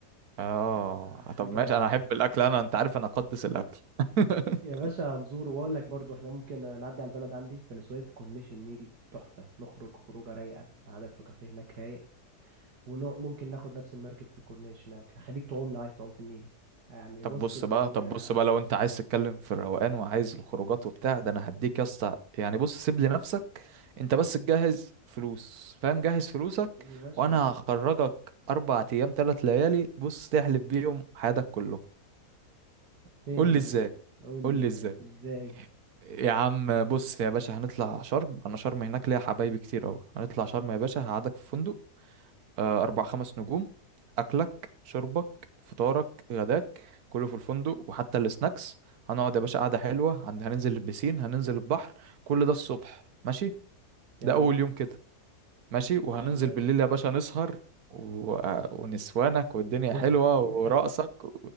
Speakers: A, on the right; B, on the right.
A: اه
B: آه، حاجة
A: طب ماشي انا احب الاكل انا انت عارف انا اقدس الاكل <laughs>
B: يا باشا هنزور وأقول لك برضو إحنا ممكن نعدي على البلد عندي بني سويف كورنيش النيل تحفة نخرج خروجة رايقة قعدك في كافيه هناك رايق وممكن ناخد نفس المركب في الكورنيش هناك هخليك تعوم لو عايز تعوم في النيل يعني
A: طب
B: بص
A: بص
B: الدنيا
A: بقى طب بص بقى لو انت عايز تتكلم في الروقان وعايز الخروجات وبتاع ده انا هديك يا اسطى يعني بص سيب لي نفسك انت بس تجهز فلوس فاهم جهز فلوسك
B: يا باشا
A: وانا
B: هتبقى-
A: هخرجك اربع ايام تلات ليالي بص تحلف بيهم حياتك كلهم
B: فين
A: قول
B: يا حبيبي
A: لي ازاي
B: قول لي
A: قول
B: إزاي
A: لي ازاي
B: إزاي
A: يا عم بص يا باشا هنطلع شرم انا شرم هناك ليا حبايبي كتير اوي هنطلع شرم يا باشا هقعدك في فندق آه، أربع خمس نجوم أكلك شربك فطارك غداك كله في الفندق وحتى السناكس هنقعد يا باشا قعدة حلوة هن- هننزل البسين هننزل البحر كل ده الصبح ماشي
B: جميل
A: ده أول يوم كده ماشي
B: يا
A: وهننزل
B: باشا ماشي
A: بالليل يا باشا نسهر و... ونسوانك والدنيا
B: <laughs>
A: حلوة ورقصك و...